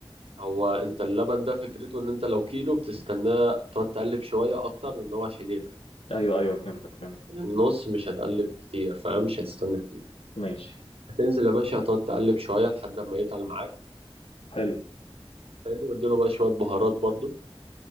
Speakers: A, on the right (about 75°); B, on the left (about 80°).
A: هو انت اللبن ده فكرته ان انت لو كيلو بتستناه تقعد تقلب شوية اكتر ان هو عشان يتقل
B: ايوه ايوه فهمتك فهمتك
A: لكن النص مش هتقلب كتير فاهم مش هتستنى كتير
B: ماشي
A: هتنزل يا باشا هتقعد تقلب شوية لحد ما يتقل معاك
B: حلو
A: حلو واديله بقى شوية بهارات برضو